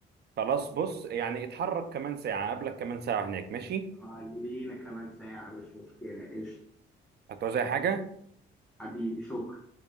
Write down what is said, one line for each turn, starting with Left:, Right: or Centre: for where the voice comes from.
Right: خلاص بص يعني اتحرك كمان ساعة قبلك كمان ساعة هناك ماشي
Centre: خلينا كمان ساعة مش مشكلة قشطة
Right: هتعوز أي حاجة
Centre: حبيبي شكرا